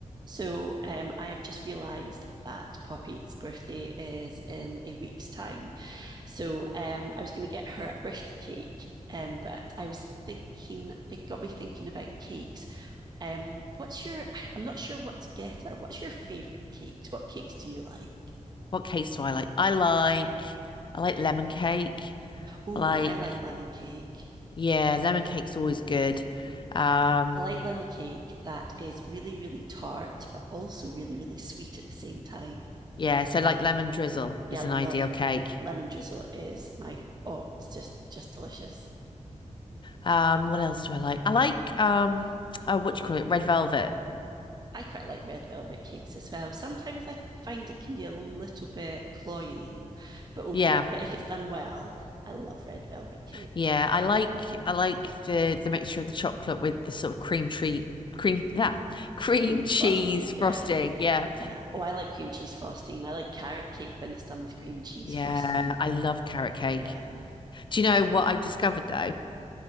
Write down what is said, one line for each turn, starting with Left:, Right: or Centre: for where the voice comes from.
Right: So um, I have just realised that Poppy's birthday is in a week's time. So um, I was going to get her a birthday cake, um, but I was thinking, it got me thinking about cakes. Um, what's your, I- am not sure what to get her. What's your favourite cakes? What cakes do you like?
Left: What cakes do I like? I like I like lemon cake.
Right: Oh,
Left: I like
Right: I like lemon cake.
Left: yeah, lemon cake's always good. Um
Right: I like lemon cake that is really, really tart, but also really, really sweet at the same time.
Left: yeah, so like lemon drizzle
Right: Yeah,
Left: is
Right: I love
Left: an ideal cake.
Right: lemon drizzle. It is my, oh, it's just, just delicious.
Left: Um what else do I like? I like um oh what do you call it? Red velvet.
Right: I quite like red velvet cakes as well. Sometimes I find it can be a little bit cloying, but over
Left: Yeah.
Right: but if it's done well, I love red velvet cake.
Left: Yeah, I like I like the the mixture of the chocolate with the sort of cream treat cream <laughs> that cream
Right: Cream frosting,
Left: cheese
Right: yeah.
Left: frosting. Yeah.
Right: Yeah. Oh, I like cream cheese frosting. I like carrot cake when it's done with cream cheese
Left: Yeah,
Right: frosting.
Left: I love carrot cake.
Right: Yeah.
Left: Do you know what I discovered though?